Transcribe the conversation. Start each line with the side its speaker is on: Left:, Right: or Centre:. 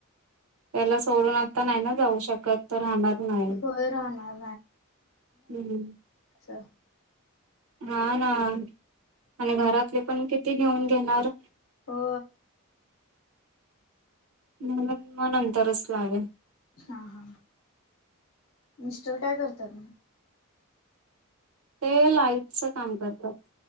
Right: त्याला सोडून आता नाही ना जाऊ शकत तर राहणार नाही
Left: होय राहणार
Right: हम्
Left: अच्छा
Right: हा ना आणि घरातले पण किती घेऊन घेणार
Left: हो
Right: म्हणून मग नंतरच लावे
Left: हा हा मिस्टर काय करतात म
Right: ते लाईटच काम करतात